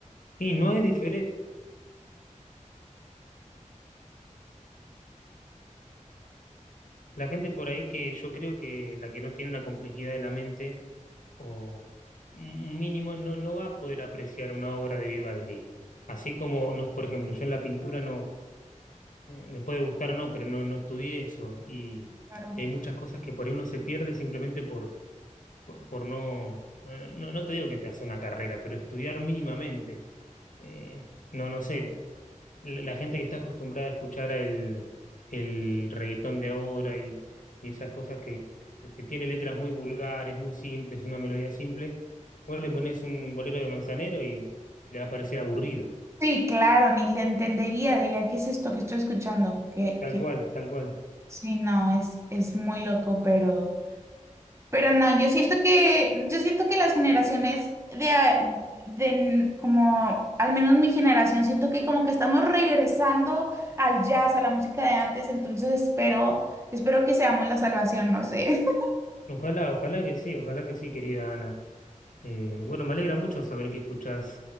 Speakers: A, on the left; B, on the right.
A: y no es diferente. La gente por ahí que yo creo que la que no tiene una complejidad de la mente, o un mínimo, no, no va a poder apreciar una obra de Vivaldi. Así como, no- por ejemplo, yo en la pintura no, eh, me puede gustar o no, pero no, no estudié eso. Y
B: Claro.
A: hay muchas cosas que por ahí uno se pierde simplemente por, por, por no, no, no te digo que te hace una carrera, pero estudiar mínimamente. Eh, no, no sé, la la gente que está acostumbrada a escuchar el, el reggaetón de ahora y, y esas cosas que, que- que tiene letras muy vulgares, muy simples, una melodía simple, vos le pones un bolero de Manzanero y le va a parecer aburrido.
B: Sí, claro, ni le entendería, diría, ¿qué es esto que estoy escuchando? Que,
A: Tal
B: que
A: cual, tal cual.
B: sí, no, es, es muy loco, pero, pero no, yo siento que, yo siento que las generaciones de, a- de n- como, al menos mi generación, siento que como que estamos regresando al jazz, a la música de antes, entonces espero, espero que seamos la salvación, no sé. <laughs>
A: Ojalá, ojalá que sí, ojalá que sí, querida Ana. Eh, bueno, me alegra mucho saber que escuchás